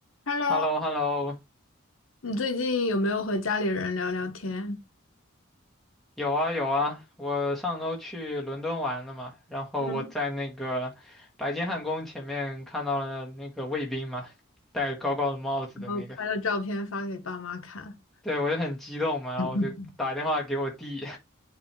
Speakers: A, on the left; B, in the centre.
A: Hello，
B: h e l l o h e l l o
A: 你最近有没有和家里人聊聊天，
B: 有啊有啊，我上周去伦敦玩了嘛，然后我在那个白金汉宫前面看到了那个卫兵嘛，
A: 嗯，
B: 戴高高的帽子的那个，
A: 然后拍了照片发给爸妈看？
B: 对我就很激动嘛，
A: <laughs>
B: 然后我就打电话给我弟，